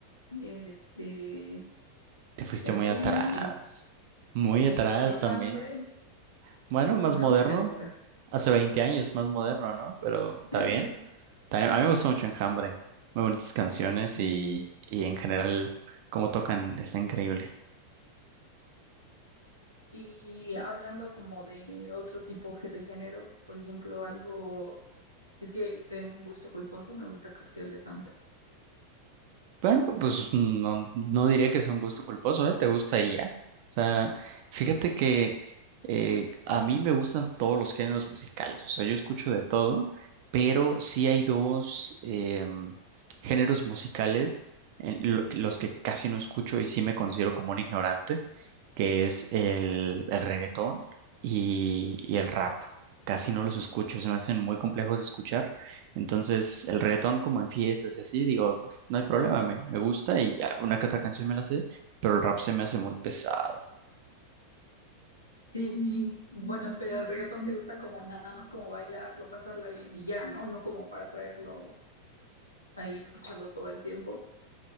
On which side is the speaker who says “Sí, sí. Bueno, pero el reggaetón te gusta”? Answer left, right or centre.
Left